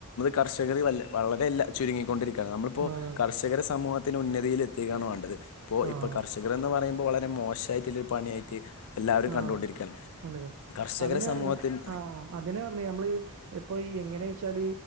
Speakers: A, on the left; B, on the right.
A: കർഷകര് വല്ല വളരെയല്ല ചുരുങ്ങിക്കൊണ്ടിരിക്കയാണ് നമ്മളിപ്പോ
B: ആഹ്
A: കർഷകര സമൂഹത്തിന് ഉന്നതിയിൽ എ ത്തിക്കാണ് വേണ്ടത് ഇപ്പോ
B: ആഹ്
A: ഇപ്പൊ കർഷകരെന്ന് പറയുമ്പോൾ വളരെ മോശായിട്ടിള്ള ഒരു പണിയായിട്ട് എല്ലാവരും
B: ആ
A: കണ്ടുകൊണ്ടിരിക്കുകയാണ്
B: കണ്ട ക
A: കർഷകരെ
B: അതിനെ
A: സമൂഹത്തിന്
B: പറഞ്ഞെ ആ അതിനെ പറഞ്ഞ് ഞമ്മള് ഈ ഇപ്പൊ ഈ എങ്ങനെവെച്ചാല്